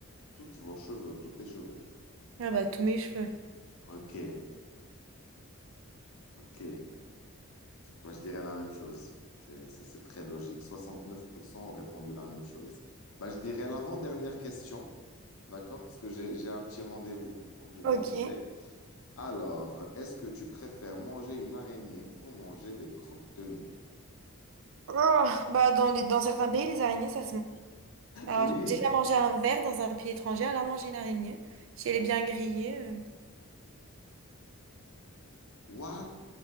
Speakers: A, on the left; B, on the right.
A: toutes vos cheveux, tous tes cheveux?
B: Ah bah, tous mes cheveux.
A: Ok, ok. Moi, je dirais la même chose. C'est, c'est, c'est très logique. 69% ont répondu la même chose. Bah, je dirais l'avant-dernière question, d'accord? Parce que j'ai, j'ai un petit rendez-vous, donc je dois
B: Ok.
A: quitter. Alors, est-ce que tu préfères manger une araignée ou manger des crottes de nez?
B: Oh, bah dans les, dans certains pays, les araignées, ça se mange. Alors,
A: Oui,
B: j'ai déjà mangé un verre dans un pays étranger, alors manger une araignée. Si elle est bien grillée. euh,
A: What?